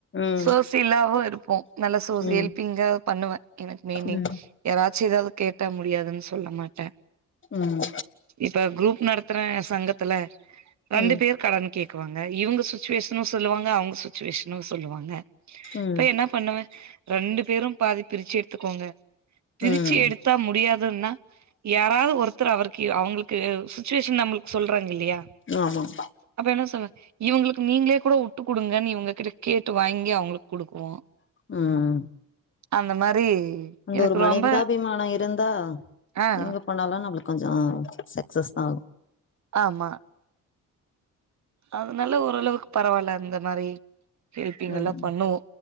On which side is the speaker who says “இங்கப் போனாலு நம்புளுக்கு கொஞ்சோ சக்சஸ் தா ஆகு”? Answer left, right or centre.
Left